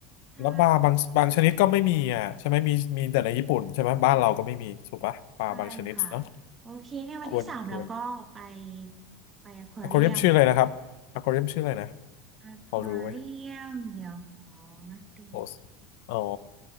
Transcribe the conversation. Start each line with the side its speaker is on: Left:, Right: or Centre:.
Right: ใช่
Left: แล้วปลาบางบางชนิดก็ไม่มีอ่ะใช่ไหมมีมีแต่ในญี่ปุ่นใช่ไหมบ้านเราก็ไม่มีถูกปะปลาบางชนิดเนาะ
Right: ใช่ค่ะโอเคเนี่ยวันที่สามเราก็ไป
Left: ควรควร
Right: ไปอควาเรียม
Left: อควาเรียมชื่ออะไรนะครับอควาเรียมชื่ออะไรนะ
Right: อควาเรียมเดี๋ยวขอมาดู
Left: พอรู้ไหมโอสอ๋อ